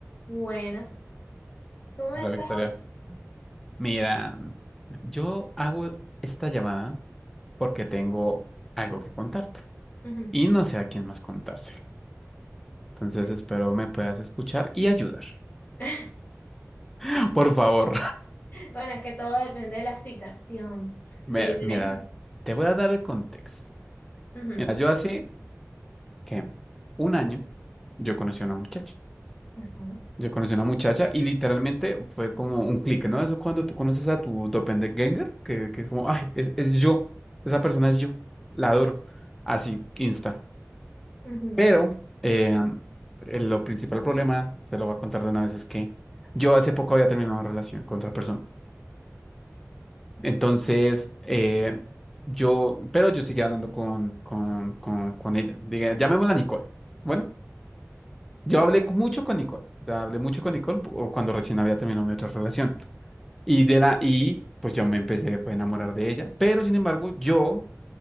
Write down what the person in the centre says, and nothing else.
Hola,
Victoria. Mira, yo hago esta llamada porque tengo algo que contarte
y no sé a quién más contárselo. Entonces
espero me puedas escuchar y ayudar.
<laughs> Por favor.
<laughs> Me-
mira,
te voy a dar el contexto.
Mira, yo hace que un año yo conocí a una muchacha.
Yo conocí a una muchacha y literalmente fue como un clic, ¿no? Eso cuando tú conoces a tu doppelganger, que, que es como, ay, es, es yo, esa persona es yo, la adoro. Así, insta.
Pero eh, el- lo principal problema, se lo voy a contar de una vez, es que yo hace poco había terminado una relación con otra persona. Entonces, eh, yo, pero yo seguía hablando con, con, con, con ella. Diga, llamémosla Nicole. Bueno, yo hablé cu- mucho con Nicole. ya hablé mucho con Nicole o cuando recién había terminado mi otra relación. Y de la, y pues yo me empecé pues, a enamorar de ella. Pero sin embargo, yo